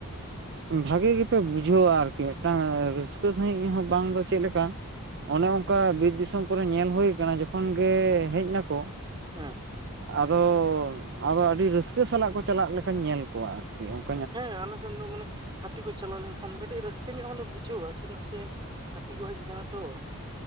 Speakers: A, on the right; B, on the right.
A: ᱾ ᱵᱷᱟᱜᱮ ᱜᱮᱯᱮ ᱵᱩᱡᱷᱟᱹᱣᱟ ᱟᱨᱠᱤ ᱢᱤᱫᱴᱟᱝ ᱨᱟᱹᱥᱠᱟᱹ ᱥᱟᱹᱦᱤᱡ ᱦᱚᱸ ᱵᱟᱝ ᱫᱚ ᱪᱮᱫᱞᱮᱠᱟ᱾ ᱠᱟ ᱚᱱᱮ ᱚᱝᱠᱟ ᱵᱤᱨ ᱫᱤᱥᱚᱢ ᱠᱚᱨᱮ ᱧᱮᱞ ᱦᱳᱭ ᱠᱟᱱᱟ ᱡᱚ ᱛᱚᱠᱷᱚᱱ ᱜᱮ ᱦᱮᱡ ᱱᱟᱠᱚ
B: ᱦᱮᱸ
A: ᱾ ᱟᱫᱚ ᱟᱫᱚ ᱟᱹᱰᱤ ᱨᱟᱹᱥᱠᱟᱹ ᱥᱟᱞᱟᱜ ᱠᱚ ᱪᱟᱞᱟᱜ ᱞᱮᱠᱷᱟᱧ ᱧᱮᱞ ᱠᱚᱣᱟ ᱟᱨᱠᱤ ᱾
B: ᱦᱮᱸ ᱟᱞᱮ ᱥᱮᱱ ᱫᱚ ᱢᱟᱱᱮ ᱦᱟᱹᱛᱤ ᱠᱚ ᱪᱟᱞᱟᱣ ᱞᱮᱱᱠᱷᱟᱱ ᱠᱟᱹᱴᱤᱡ ᱨᱟᱹᱥᱠᱟᱹ ᱧᱚᱜ ᱦᱚᱸᱞᱮ ᱵᱩᱡᱷᱟᱹᱣᱟ ᱪᱮᱫᱟᱜ ᱥᱮ ᱦᱟᱹᱛᱤ ᱠᱚ ᱦᱮᱡ ᱠᱟᱱᱟ ᱛᱚ ᱾